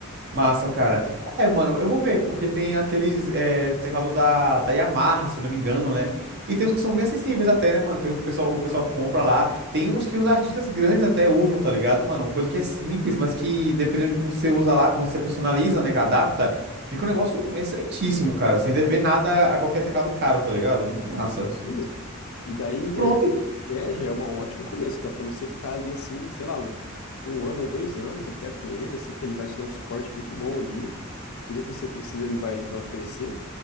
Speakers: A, on the right; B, on the left.
A: Massa, cara. É, mano, eu vou ver, porque tem aqueles é, teclado da, da Yamaha, se eu não me engano, né? E tem uns que são bem acessíveis até, né, mano? Tem um que o pessoal, o pessoal compra lá. Tem uns que uns artistas grandes até usam, tá ligado, mano? Coisa que é simples, mas que dependendo de como você usa lá, como você personaliza, né, que adapta, fica um negócio excelentíssimo, cara. Sem dever nada a qualquer teclado caro, tá ligado? Muito
B: Isso,
A: massa.
B: isso mesmo. E daí,
A: Pronto.
B: é, é, já é um ótimo começo. Dá para você ficar ali assim, sei lá, um, um ano ou dois anos até com ele, assim, que ele vai te dar um suporte muito bom ali. Tudo que você precisa ele vai, vai oferecer.